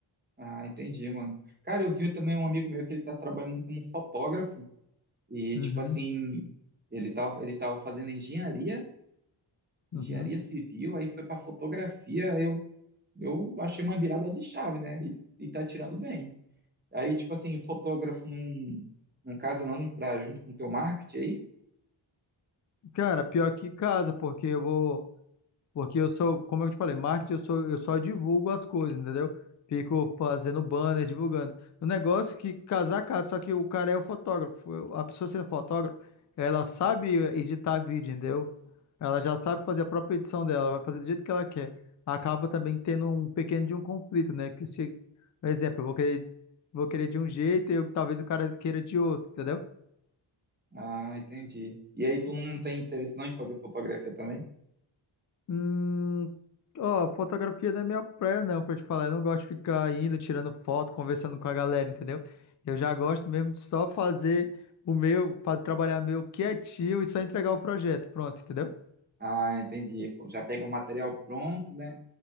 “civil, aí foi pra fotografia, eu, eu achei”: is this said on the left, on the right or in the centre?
Right